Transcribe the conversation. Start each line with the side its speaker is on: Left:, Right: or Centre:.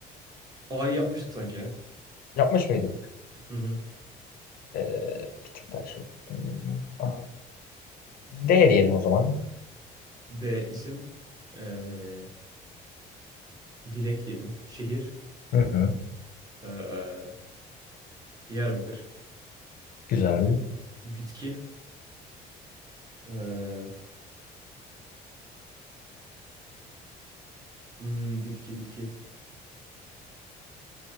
Right: A'yı yapmıştık sanki ya.
Left: Yapmış mıydık?
Right: Hı hı.
Left: Ee, bir tık daha şey. A. D diyelim o zaman.
Right: D isim. Ee, Dilek diyelim. Şehir.
Left: Hı hı.
Right: Ee, Diyarbakır.
Left: Güzel.
Right: Bitki. Ee, hmm, bitki bitki.